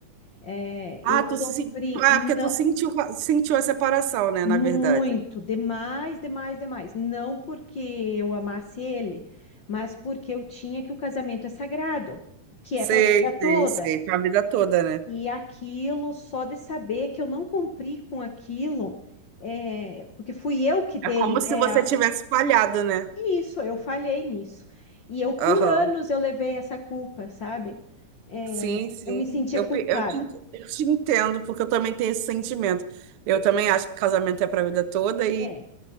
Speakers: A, on the left; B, on the right.
A: É,
B: Ah,
A: eu
B: tu
A: sofri,
B: se... sen- Ah,
A: não,
B: é porque tu sentiu, sentiu a separação, né,
A: Muito,
B: na verdade.
A: demais, demais, demais. Não porque eu amasse ele, mas porque eu tinha que o casamento é sagrado, que
B: Sei,
A: é para a vida
B: sei,
A: toda.
B: sei. Pra vida toda, né?
A: E aquilo, só de saber que eu não cumpri com aquilo, é, porque fui eu que dei,
B: É como
A: né?
B: se você
A: a-
B: tivesse falhado, né?
A: é Isso, eu falhei nisso. E eu, por
B: Aham.
A: anos, eu levei essa culpa, sabe? É,
B: Sim, sim.
A: eu me sentia
B: Eu,
A: culpada.
B: pe- eu te, eu te entendo, porque eu também tenho esse sentimento. Eu também acho que casamento é pra vida toda
A: É,